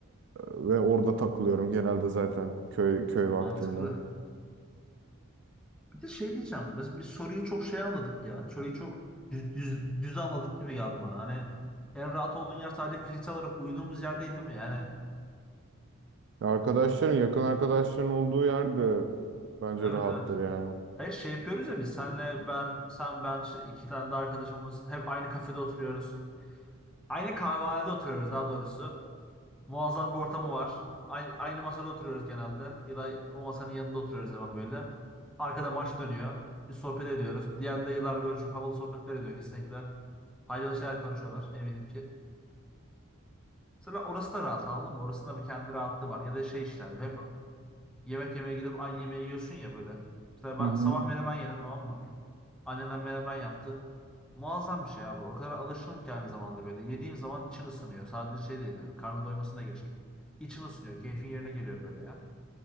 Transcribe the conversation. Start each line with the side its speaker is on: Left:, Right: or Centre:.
Right: ve orada takılıyorum genelde zaten köy köy
Centre: Mantıklı.
Right: vaktinde.
Centre: Bir de şey diyeceğim. Biz, biz soruyu çok şey anladık ya. Soruyu çok düz, düz, düz anladık gibi geldi bana. Hani en rahat olduğun yer sadece fiziksel olarak uyuduğumuz yer değil değil mi? Yani
Right: Arkadaşların, yakın arkadaşların olduğu yerde bence
Centre: evet
Right: rahattır
Centre: evet.
Right: yani.
Centre: Hayır şey yapıyoruz ya biz senle ben sen ben işte iki tane de arkadaşımız hep aynı kafede oturuyoruz. Aynı kahvehanede oturuyoruz daha doğrusu. Muazzam bir ortamı var. Aynı, aynı masada oturuyoruz genelde. Ya da o masanın yanında oturuyoruz hemen böyle. Arkada maç dönüyor. Bir sohbet ediyoruz. Diğer dayılar böyle çok havalı sohbetler ediyor kesinlikle. Faydalı şeyler konuşuyorlar eminim ki. Sonra orası da rahat anladın mı? Orasında bir kendi rahatlığı var. Ya da şey işte hep Yemek yemeye gidip aynı yemeği yiyorsun ya böyle. Mesela
Right: Hı
Centre: ben
Right: hı.
Centre: sabah menemen yedim tamam mı? Annemden menemen yaptı. Muazzam bir şey abi. O kadar alışırım ki aynı zamanda böyle. Yediğim zaman için ısınıyor. Sadece şey değil yani. Karnın doymasına geçtim. İçin ısınıyor. Keyfin yerine geliyor böyle ya.